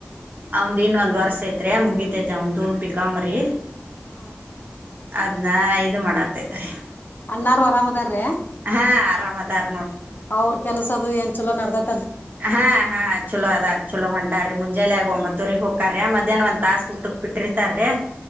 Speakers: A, on the right; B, on the left.
A: ಅವಂದ್ ಇನ್ನೊಂದ್ ವರ್ಸ ಐತೀರಿ ಮುಗೀತೈತೆ ಅವಂದು ಬಿಕಾಂ ರಿ
B: ಹೂ
A: ಅದ್ನ ಇದು ಮಾಡತ್ತೈತ್ರಿ
B: ಅಣ್ಣಾರು ಅರಾಮ್ದಾರ್ರೀ
A: ಹಾ ಆರಾಮ್ ಅದರ
B: ಅವ್ರ ಕೆಲಸ ಅದು ಎನ ಚಲೋ ನಡದದ
A: ಹಾ ಹಾ ಚಲೋ ಅದಾರ್ ಚಲೋ ಹಂಟ ಇಟ್ಟಾರೀ ಮುಂಜಾಲೆ ಆಗ ಒಂಬತ್ತವರಿಗೆ ಹೊಕಾರಿ ಮಧ್ಯಾಹ್ನ ಒಂದ ತಾಸ ಊಟಕ್ ಬಿಟ್ಟಿರ್ತಾರೀ